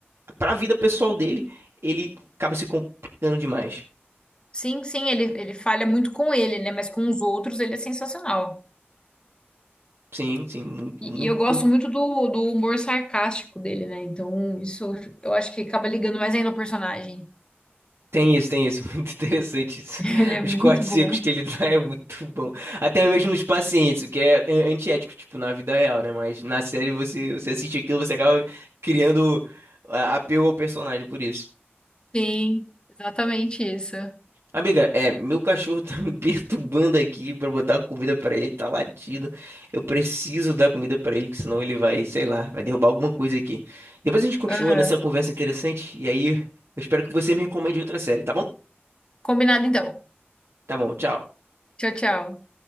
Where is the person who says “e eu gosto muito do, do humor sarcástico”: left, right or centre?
Left